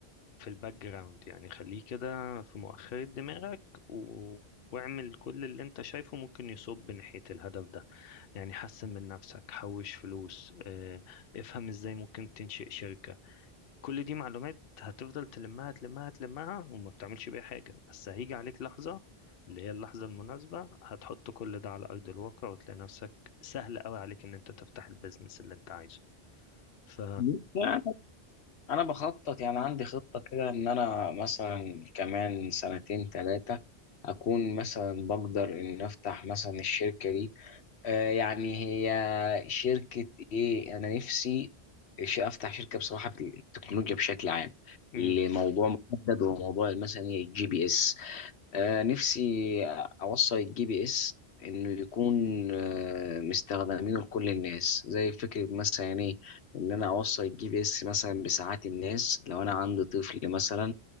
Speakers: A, on the left; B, on the left.
A: في الباك جراوند يعني خليه كده في مؤخرة دماغك و... واعمل كل اللي انت شايفه ممكن يصب ناحية الهدف ده يعني حسن من نفسك حوش فلوس اه، افهم ازاي ممكن تنشئ شركة كل دي معلومات هتفضل تلمها تلمها تلمها وما بتعملش بيها حاجة بس هيجي عليك لحظة اللي هي اللحظة المناسبة هتحط كل ده على أرض الواقع وتلاقي نفسك سهل قوي عليك ان انت تفتح البيزنس اللي انت عايزه ف
B: بص، يعني انا بخطط يعني عندي خطه كده ان انا مثلا كمان سنتين ثلاثه اكون مثلا بقدر ان افتح مثلا الشركه دي آه يعني هي شركه ايه انا نفسي ش- افتح شركه بصراحه في التكنولوجيا بشكل عام
A: مم،
B: لموضوع محدد وموضوع مثلا الجي بي اس آه، نفسي أوصل الجي بي إس إنه يكون آه، مستخدمينه لكل الناس زي فكرة مثلا إيه إن أنا أوصل الجي بي إس مثلا بساعات الناس لو أنا عندي طفل مثلا